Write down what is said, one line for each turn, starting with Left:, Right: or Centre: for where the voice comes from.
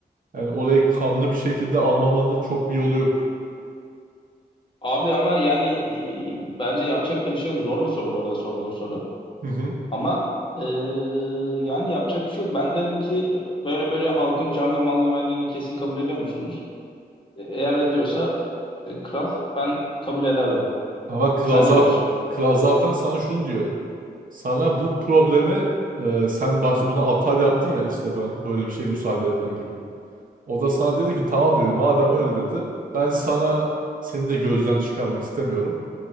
Right: Yani orayı kanlı bir şekilde almamanın çok bir yolu yok.
Left: Abi ama yani e, bence yapacak da bir şey yok. Zor bir soru bu arada sorduğun soru.
Right: Hı hı.
Left: Ama e, yani yapacak bir şey yok. Ben derim ki böyle böyle halkın can ve mal güvenliğini kesin kabul ediyor musunuz? E, Eğer ediyorsa e, kral ben kabul ederdim.
Right: Ama Klazat,
Left: Sen ne diyorsun?
Right: Klazat'tan sana şunu diyor. Sana bu probleme e, sen başta buna atar yaptın ya işte ben böyle bir şey müsaade etmen gibi. O da sana dedi ki tamam dedi madem öyle dedi ben sana seni de gözden çıkarmak istemiyorum.